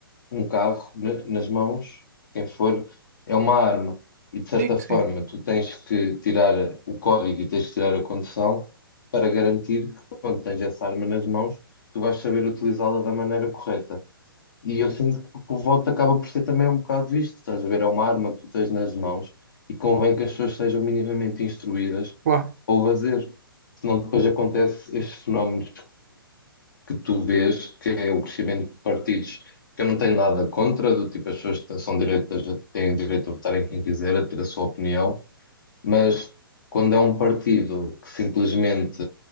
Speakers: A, on the left; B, on the right.
A: um carro na- nas mãos, quem for, é uma arma. E de certa
B: Sim,
A: forma,
B: sim,
A: tu tens que tirar o código e tens que tirar a condução para garantir que quando tens essa arma nas mãos, tu vais saber utilizá-la da maneira correta. E eu sinto que o voto acaba por ser também um bocado isto, estás a ver? É uma arma que tu tens nas mãos e convém que as pessoas sejam minimamente instruídas
B: claro.
A: ao fazer. Senão depois acontece estes fenómenos que tu vês, que é o crescimento de partidos, que eu não tenho nada contra, do tipo as pessoas que são direitas têm direito a votarem quem quiser, a ter a sua opinião, mas quando é um partido que simplesmente